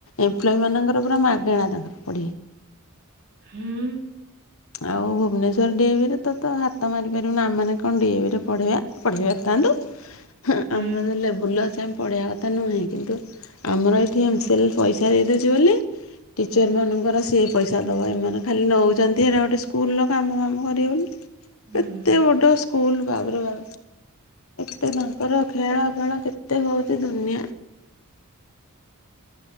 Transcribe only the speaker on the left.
ଏମ୍ପ୍ଲୋମାନଙ୍କର ପୁରା ମାଗେଣା ତାଙ୍କର ପଡ଼ିିବେ
ଆଉ ଭୁବନେଶ୍ୱର ଡିଏଭିରେ ତ ତ ହାତ ମିପାରିବୁନି ଆମ ମାନେ କଣ ଡିଏଭିରେ ପଢେଇବା ପଢ଼େଇ ପାରୁଥାନ୍ତେ
ଆମର ଲେବୁଲ ଅଛମ ପଢ଼ିବା କଥା ନୁହେଁ କିନ୍ତୁ ଆମର ଏଇଠି ଏମ୍ସିଏଲ ପଇସା ଦେଇ ଦେେଉଛି ବୋଲି ଟିଚର ମାନଙ୍କର ସିଏ ପଇସା ଦବ ଏମାନେ ଖାଲି ନେଉଛନ୍ତି ଦେହରା ଗୋଟେ ସ୍କୁଲର କାମ କାମ କରିଗନ
ଏତେ ବଡ଼ ସ୍କୁଲ ବାାବରେ ବା ଏତେ ତାଙ୍କର ଖେଳ ଖେଳ କେତେ ହଉଛି ଦୁନିଆ